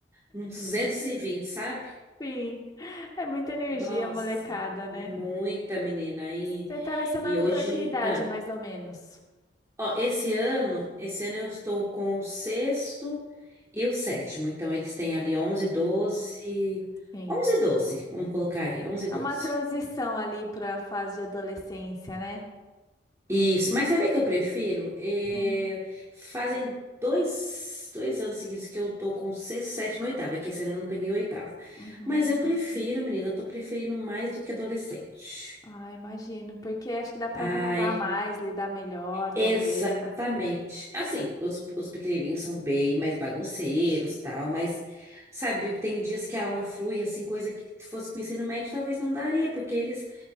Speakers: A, on the right (about 15°); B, on the left (about 20°).
A: no duzentos e vinte sabe?
B: Sim, é muita energia,
A: Nossa,
B: molecada, né?
A: muita menina. E,
B: Você tá lecionando
A: e hoje,
B: para que idade,
A: ah,
B: mais ou menos?
A: ó, esse ano, esse ano eu estou com o sexto e o sétimo. Então, eles têm ali onze doze
B: Sim.
A: 11 e 12, vamos colocar aí, 11 e
B: É
A: 12.
B: uma transição ali para a fase de adolescência, né?
A: Isso, mas sabe o que eu prefiro? É,
B: Sim.
A: fazem dois, dois anos seguidos que eu tô com sexto, sétimo e oitavo, é que esse ano eu não peguei o oitavo.
B: Uhum.
A: Mas eu prefiro, menina, eu tô preferindo mais do que adolescente.
B: Ah, imagino, porque acho que dá para
A: Ai,
B: moldar mais, lidar melhor, talvez.
A: exatamente.
B: É.
A: Assim, os, os pequenininhos são bem mais bagunceiros, tal, mas, sabe, tem dias que a aula flui, assim, coisa que se fosse com o ensino médio talvez não daria, porque eles,